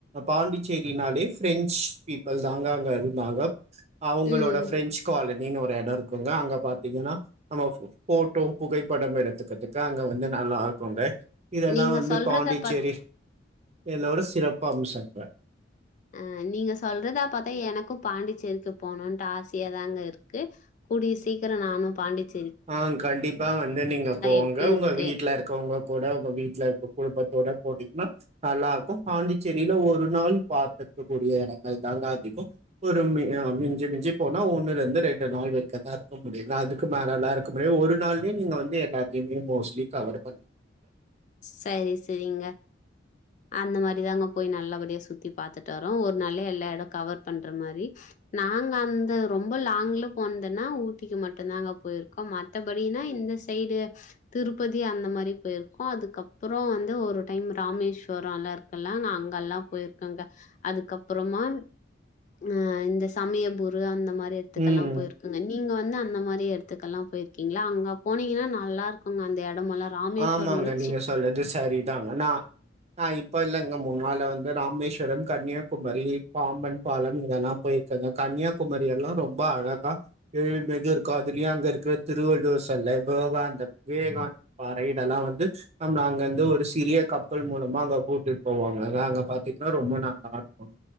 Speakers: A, on the right; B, on the left.
A: பாண்டிச்சேரினாலே ஃப்ரெஞ்ச் பீப்பள் தா தாங்க இருந்தாங்க அவங்களோட
B: ம்.
A: ஃப்ரெஞ்ச் காலேஜ் டின்னு ஒரு எடோ இருக்குங்க அங்க பாத்திங்கனா நம்ம இவ் போட்டோ புகைப்படம் எடுத்துக்றதுக்கு அங்க வந்து நல்லா இருக்குங்க இதெல்லா
B: நீங்க
A: வந்து
B: சொல்றத
A: பாண்டிச்சேரி
B: பாத்
A: எல்லோரு சிறப்பம்சங்க
B: அஹ் நீங்க சொல்றதா பாத்தா எனக்கு பாண்டிச்சேரிக்கு போணும்ட்டு ஆசையாதாங்க இருக்கு கூடிய சீக்கிர நானு பாண்டிச்சே
A: ஆஹ்ன் கண்டிப்பா வந்து நீங்க போங்க
B: எப்டி
A: உங்க
B: இருக்கு?
A: வீட்ல இருக்கவங்க கூட உங்க வீட்ல இருக்க குடும்பத்தோட போனீங்னா நல்லாருக்கு பாண்டிச்சேரியில ஒரு நாள் பார்த்துக்க கூடிய எடங்கள் தாங்க அதிகம் ஒரு மி மிஞ்சு மிஞ்சு போனா ஒண்ணுலெருந்து ரெண்டு நாள் வரிக்குந்தா இருக்க முடியுங்க அதுக்கு மே நல்லா இருக்குமே ஒரு நாள்யே நீங்க வந்து எல்லாத்யுமே மோஸ்ட்லி கவர் பண்ணிருங்க
B: சரி செரிங்க அந்த மாரி தாங்க போய் நல்லபடியா சுத்தி பாத்துட்டு வரோ ஒரு நாள்லெல்லா எட கவர் பண்ற மாரி நாங்க அந்த ரொம்ப லாங்ல போனந்துன்னா ஊட்டிக்கு மட்டுந்தாங்க போயிருக்கோ மத்தபடின்னா இந்த சைடு திருப்பதி அந்த மாரி போய்ரு ஆஹ் அதுக்கப்றோ வந்து ஒரு டைம் ராமேஸ்வர அல்லா இருக்கல்லா நா அங்கெல்லா போய்ருக்கங்க அதுக்கப்றமா அஹ் இந்த சமயபுரு அந்த மா எடத்துக்கெல்லா
A: ம்.
B: போயிருக்குங்க நீ நீங்க வந்து அந்த மாதிரி இடத்துக்கெல்லாம் போயிருக்கீங்களா அங்க போனீங்கன்னா நல்லா இருக்குங்க அந்த இட மல்ல ராமேஸ்வவர்ர்
A: ஆமாங்க.
B: மனு
A: நீங்க சொல்லறது சரிதாங்க ந இப்ப இல்லங்க முன்னால வந்து ராமேஸ்வ ம் கன்னியாகுமரி பாம்பன் பாலம் இதெல்லாம் போயிருக்காங்க கன்னியாகுமரி எல்லாம் ரொம்ப அழகா எழில் மிக இருக்கும் அதுலயும் அங்க இருக்கிற திருவள்ளுவர் சல்ல விவேகானந்தர் வேக ரைட் எல்லாம் வந்து அங்க வந்து ஒரு சிறிய க மக்கள் மூலமாக கூட்டிட்டு போவாங்க நாங்க பா்த்தீங்கன்னா ரொம்ப நல்லாருக்கும்